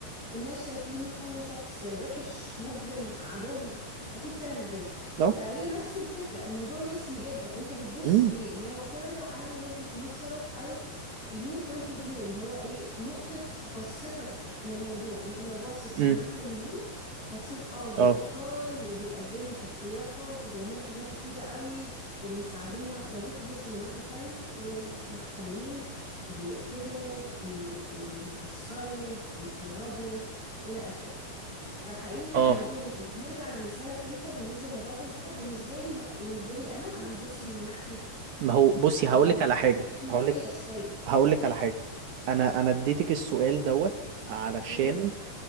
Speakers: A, on the left; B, on the right.
A: الناس شايفينه شخص وحش مجرم عدو اكيد فاهم الدنيا
B: اه
A: فهي نفس الفكرة الموضوع نسبي جدا انت بتبص
B: امم
A: منين هي معتمدة على وجهة نظرك او your point of view اللي هو ايه نقطة بصتك للموضوع انت لو باصص
B: امم
A: من الناحية اليمين هتشوف اه دول
B: اه
A: ابطال وبيقدموا تضحيات وبيعملوا حاجات كتيرة قوي وبيساعدونا لو جيت تبص من الناحية التانية دول محتلين بيقتلوا بي بي بيكسروا بيخربوا الى اخره فحقيقي
B: اه
A: الموضوع نسبي بنرجع لمثالك انت بالنسبه للراجل ده بالنسبه لي بالنسبه لي انا انا هبص من ناحيه
B: ما هو بصي
A: آه،
B: هقول لك على حاجه
A: اخلاقيه
B: هقول لك
A: شويه
B: هقول لك على حاجة انا انا اديتك السؤال دوت علشان
A: امم